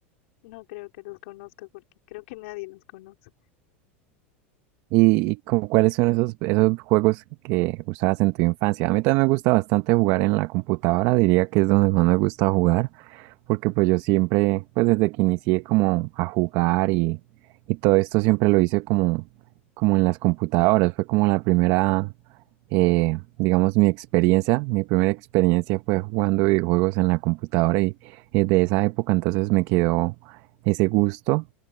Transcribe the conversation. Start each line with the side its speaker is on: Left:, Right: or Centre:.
Left: No creo que los conozcas porque creo que nadie los conoce.
Right: ¿Y, y como cuáles son esos, esos juegos que usabas en tu infancia? A mí también me gusta bastante jugar en la computadora, diría que es donde más me gusta jugar, porque pues yo siempre, pues desde que inicié como a jugar y, y todo esto siempre lo hice como, como en las computadoras, fue como la primera, eh, digamos, mi experiencia, mi primera experiencia fue jugando videojuegos en la computadora y, es de esa época entonces me quedó ese gusto.